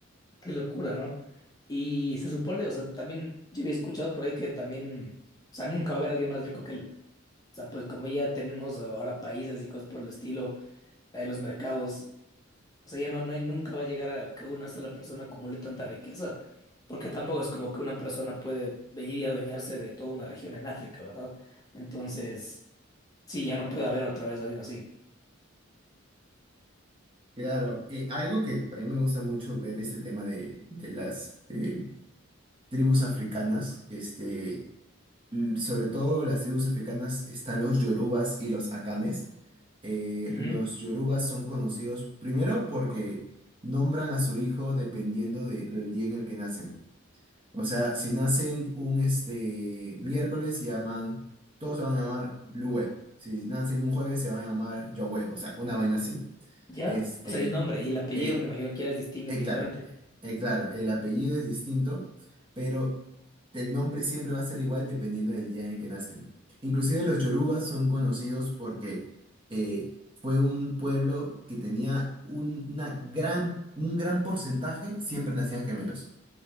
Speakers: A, on the left; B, on the right.
A: Qué locura, ¿no? Y se supone, o sea, también yo había escuchado por ahí que también, o sea, nunca va a haber alguien más rico que él. O sea, pues como ya tenemos ahora países y cosas por el estilo, hay los mercados, o sea, ya no, no hay, nunca va a llegar a que una sola persona acumule tanta riqueza, porque tampoco es como que una persona puede venir y adueñarse de toda una región en África, ¿verdad? Entonces, sí, ya no puede haber otra vez alguien así.
B: Claro, y algo que a mí me gusta mucho ver este tema de, de las eh, tribus africanas, este, l- sobre todo las tribus africanas están los yorubas y los akanes. Eh,
A: Ujú.
B: los yorubas son conocidos primero porque nombran a su hijo dependiendo de- del día en el que nacen. O sea, si nacen un este, miércoles, se llaman, todos se van a llamar Luwe. Si nacen un jueves, se van a llamar Yahweh, o sea, una vaina así.
A: ¿Ya?
B: Este,
A: O sea, el nombre y el apellido
B: eh,
A: me imagino que ya las distinguen
B: eh,
A: diferente,
B: claro, eh, claro, el apellido es distinto, pero el nombre siempre va a ser igual dependiendo del día en el que nazcan. Inclusive los yorubas son conocidos porque eh, fue un pueblo que tenía un, una gran, un gran porcentaje, siempre nacían gemelos.